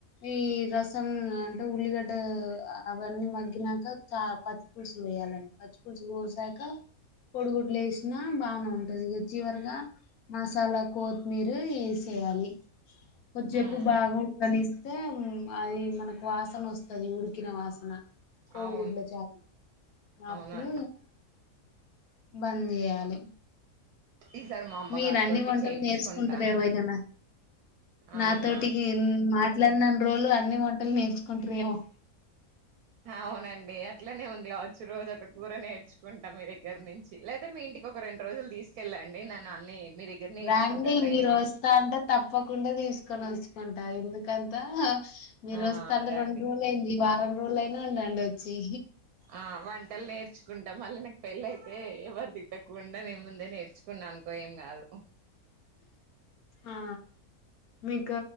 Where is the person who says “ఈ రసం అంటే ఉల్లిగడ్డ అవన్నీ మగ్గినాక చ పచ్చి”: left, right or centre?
Left